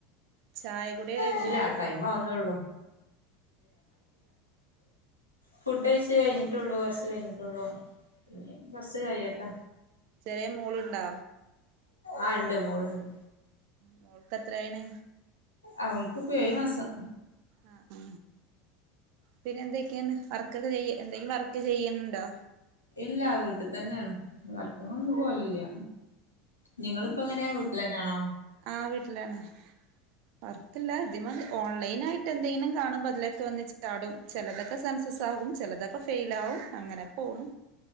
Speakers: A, on the right; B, on the left.
A: ചായകുടി കഴിഞ്ഞോ
B: ഇല്ല ടൈം ആവുന്നെ ഒള്ളു ഫുഡ് കഴച്ച് കഴിഞ്ഞിട്ടുള്ളൂ കൊറച്ച് കഴിഞ്ഞിട്ടുള്ളൂ പിന്നെ കുറച്ച് കഴിയെട്ടാ
A: ചെറിയ മോള് ഇണ്ടാ
B: ആ എണ്ട് മോളെണ്ട്
A: മോൾക്ക് എത്രയേണ്
B: അവൾക്ക് ഇപ്പ ഏഴ് മാസം
A: ആ ആ പിന്നെ എന്തൊക്കെയാന്ന് വർക്കക്ക ചെയ്യ എന്തെങ്കിലും വർക്ക് ചെയ്യണിണ്ടോ
B: ഇല്ല വീട്ട് തന്നെയാണ് വർക്കിന് ഒന്നും പോവലില്ല നിങ്ങള് ഇപ്പ എങ്ങനെ വീട്ടിലെന്നാണോ
A: ആ വീട്ടിലാണ് വറക്കില്ല ആദ്യമ ഓൺലൈൻ ആയിട്ട് എന്തെങ്കിലും കാണുമ്പോ അതിലൊക്കെ വന്ന ചാടും ചിലതൊക്കെ സെൻസസ് ആകും ചിലതൊക്കെ ഫെയിൽ ആകും അങ്ങനെക്കെ പോണു